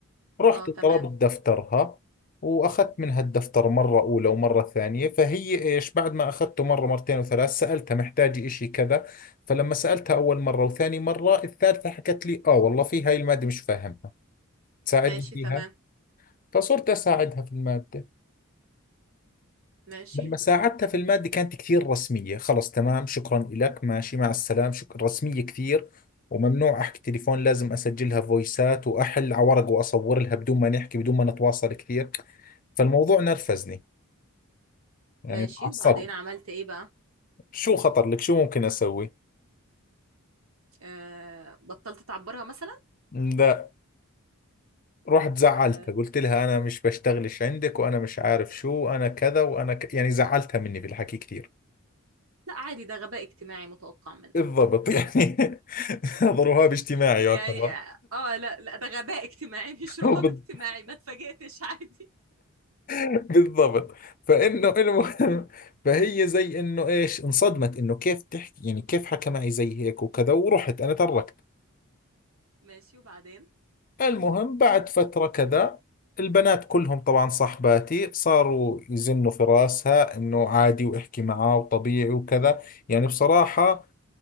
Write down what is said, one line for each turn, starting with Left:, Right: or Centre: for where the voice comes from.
Left: رحت
Right: اه تمام
Left: طلبت دفترها واخذت منها الدفتر مرة اولى ومرة ثانية فهي ايش بعد ما اخذته مرة مرتين وثلاث سألتها محتاجة اشي كذا فلما سألتها اول مرة وثاني مرة الثالثة حكت لي اه والله في هاي المادة مش فاهمها تساعدني
Right: ماشي
Left: فيها
Right: تمام
Left: فصرت اساعدها في المادة
Right: ماشي
Left: لما ساعدتها في المادة كانت كثير رسمية خلص تمام شكرا لك ماشي مع السلام شكرا رسمية كثير وممنوع أحكي تليفون لازم أسجلها فويسات وأحل على ورق وأصور لها بدون ما نحكي بدون ما نتواصل كثير فالموضوع نرفزني يعني
Right: ماشي
Left: تعصبت
Right: وبعدين عملت ايه بقى
Left: شو خطر لك شو ممكن أسوي
Right: آه بطلت تعبرها مثلا
Left: لا رحت زعلتها
Right: آه
Left: قلت لها أنا مش بشتغلش عندك وأنا مش عارف شو أنا كذا وأنا ك... يعني زعلتها مني في الحكي كثير
Right: لا عادي ده غباء اجتماعي متوقع منك
Left: بالضبط يعني <laughs> ضربها باجتماعي يعتبر
Right: يعني اه آه، لا لا ده غباء اجتماعي <laughs> مش رهاب
Left: <laughs>
Right: اجتماعي ما اتفاجئتش عادي
Left: بالضبط فانه المهم فهي زي انه ايش انصدمت انه كيف تحكي يعني كيف حكى معي زي هيك وكذا ورحت انا تركت
Right: ماشي وبعدين
Left: المهم بعد فترة كذا البنات كلهم طبعا صحباتي صاروا يزنوا في راسها انه عادي واحكي معاه وطبيعي وكذا يعني بصراحة